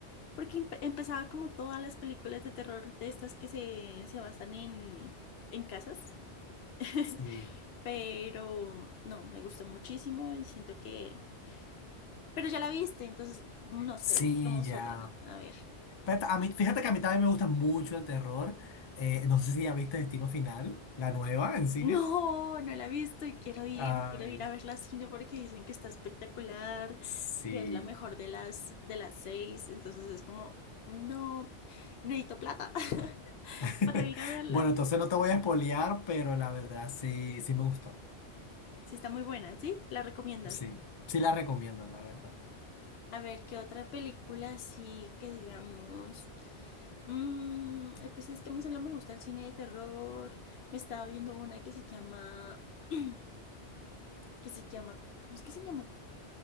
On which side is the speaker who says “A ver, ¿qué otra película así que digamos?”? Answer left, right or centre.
Left